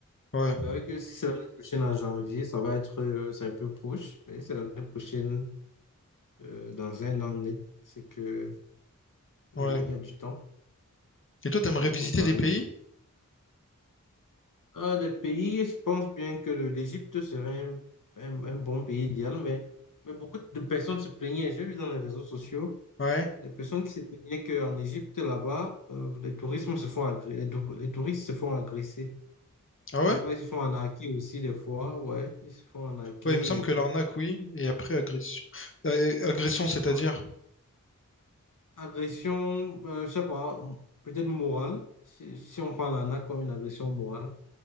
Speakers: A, on the left; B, on the left.
A: ouais,
B: Je savais que si c'est l'année prochaine en janvier, ça va être, euh, c'est un peu proche, mais si c'est l'année prochaine, euh, dans un an net, c'est que, il
A: ouais.
B: y en a, il y a du temps,
A: Et toi,
B: du
A: t'aimerais
B: temps
A: visiter
B: pour préparer.
A: des pays?
B: Un des pays, je pense bien que le- l'Égypte serait un, un- un bon pays idéal, mais, mais beaucoup de personnes se plaignaient. J'ai vu dans les réseaux sociaux
A: Ouais.
B: des personnes qui se plaignaient qu'en Égypte, là-bas, euh, les touristes se font agré- les, tou- les touristes se font agresser.
A: Ah
B: Et
A: ouais?
B: ça, va ils se font arnaquer aussi des fois, ouais, ils se font arnaquer
A: Ouais, il me semble
B: et
A: que
B: tout.
A: l'arnaque, oui. Et après, agression. Euh, agression, c'est-à-dire?
B: Bon, Agression, euh, je sais pas, peut-être morale, si, si on prend l'arnaque comme une agression morale.